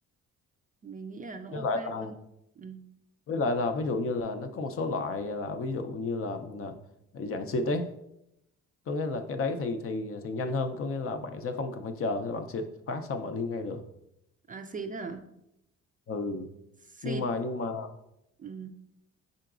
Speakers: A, on the right; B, on the left.
A: mình nghĩ là nó ok
B: với lại là
A: hơn Ừm,
B: với lại là ví dụ như là nó có một số loại là ví dụ như là, là dạng xịt ấy có nghĩa là cái đấy thì thì thì nhanh hơn có nghĩa là bạn sẽ không cần phải chờ khi bạn xịt phát xong bạn đi ngay được
A: à xịt à
B: ừ
A: xịt
B: nhưng mà nhưng mà
A: Ừ.